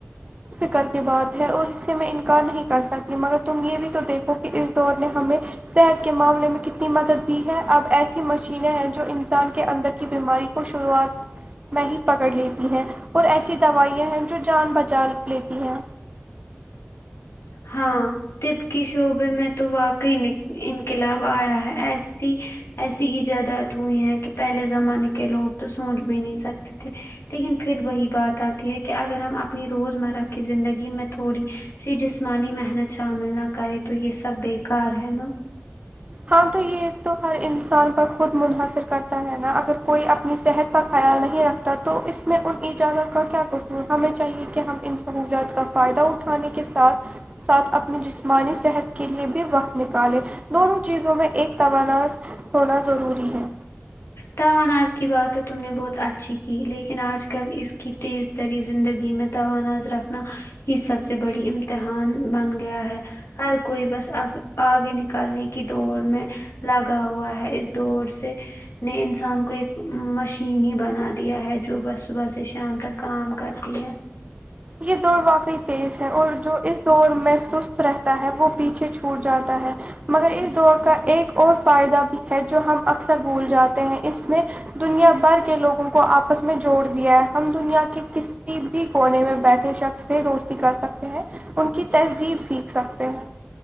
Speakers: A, on the right; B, on the left.
A: کر کے بات ہے اور اس سے میں انکار نہیں کر سکتی مگر تم یہ بھی تو دیکھو کہ اس دور نے ہمیں صحت کے معاملے میں کتنی مدد دی ہے اب ایسی مشینیں ہیں جو انسان کے اندر کی بیماری شروعات میں ہی پکڑ لیتی ہیں اور ایسی دوائیاں ہیں جو جان بچا چالک لیتی ہے
B: ہاں تب کی شعبے میں تو واقعی ان انقلاب ایا ہے ایسی ایسی ایجادات ہوئی ہیں کہ پہلے زمانے کے لوگ تو سوچ بھی نہیں سکتے تھے لیکن پھر وہی بات اتی ہے کہ اگر ہم اپنی روزمرہ کی زندگی میں تھوڑی سے جسمانی محنت شامل نہ کرے تو یہ سب بےیکار ہے نا
A: ہاں تو یہ تو ہر انسان پر خود منمحصر کرتا ہے نا اگر کوئی اپنی صحت کا خیال نہیں رکھتا تو اس میں ان اجازت کا کیا قصور ہمیں چاہیے کہ ہم ان سہولیات کا فائدہ اٹھانے کے ساتھ ساتھ اپنی جسمانی صحت کے لیے بھی وقت نکالے دونوں چیزوں میں ایک تو ناز ہونا ضروری ہے
B: توناز کی بات تو تم نے بہت اچھی کی لیکن اج کل اس کی تیز تری زندگی میں تو ناز رکھنا ہی سب سے بڑی امتحان بن گیا ہے ہر کوئی بس اگ اگے نکالنے کی دوڑ میں لگا ہوا ہے اس دور سے نے انسان کو ایک مشین ہی بنا دیا ہے جو بس صبح سے شام تک کام کرتی ہے
A: یہ دور واقعی تیز ہے اور جو اس دور میں سست رہتا ہے وہ پیچھے ھوٹ جاتا ہے مگر اس دور کا ایک اور فائدہ بھی ہے جو ہم اکثر بھول جاتے ہیں اس میں دنیا بھر کے لوگوں کو اپس میں جوڑ دیا ہے ہم دنیا کے کسی بھی کونے میں بیٹھے شخص سے دوستی کر سکتے ہیں ان کی تہذیب سیکھ سکتے ہیں